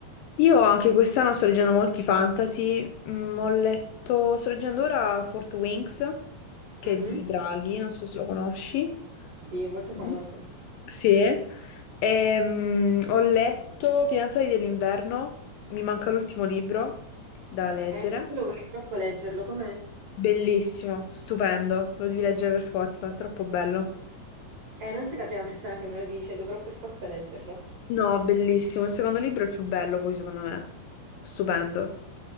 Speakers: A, on the left; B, on the right.
A: Io anche quest'anno sto leggendo molti fantasy, Mm, ho letto, sto leggendo ora Fort Wings, che
B: Mhm.
A: è di Draghi, non so se lo conosci.
B: Sì, molto famoso.
A: Mm. Sì, Ehm, ho letto Fidanzati dell'inverno, mi manca l'ultimo libro da leggere.
B: Eh, quello vorrei troppo leggerlo, com'è?
A: Bellissimo, stupendo, lo devi leggere per forza, è troppo bello.
B: Eh, non sei la prima persona che me lo dice, dovrò per forza leggerlo.
A: No, bellissimo. Il secondo libro è il più bello, poi secondo me. Stupendo.